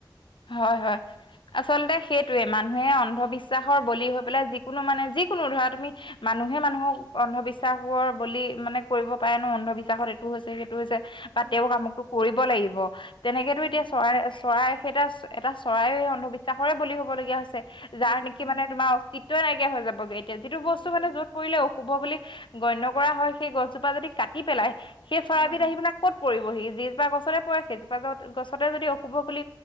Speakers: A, on the left (about 80°); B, on the right (about 40°).
A: হয় হয় আচলতে সেইটোয়ে মানুহে অন্ধবিশ্বাসৰ বলি হৈ পেলাই যিকোনো মানে যে যিকোনো ধৰা তুমি মানুহে মানুহক অন্ধবিশ্বাসৰ বলি মানে কৰিব পাৰে ন অন্ধবিশ্বাসত এত- ইটো হৈছে সেইটো হৈছে বা
B: সেইটোৱে
A: তেওঁক আমুকটো কৰিব লাগিব তেনেকেতো
B: হয়
A: এতিয়া চৱাই চৱাই সেইটা এটা চৰাই এই অন্ধবিশ্বাসৰে বলি হবলগীয়া হৈছে যাৰ
B: উম
A: নেকি
B: উম
A: মানে তোমা- টিটটুৱেয়ে নাইকিয়া‌ হৈ যাবগে এতিয়া যিটো বস্তু
B: সেইটোৱে
A: মানে য'ত পৰিলে অশুভ বুলি গণ্য কৰা হয় সেই গছজোপা যদি কাটি পেলাই সেই চৰাইবিধ
B: অ
A: আহি পেনাই কত পৰিব সি। যিজোপা গছতে পৰে সেইজোপা জ গছতে যদি অশুভ বুলি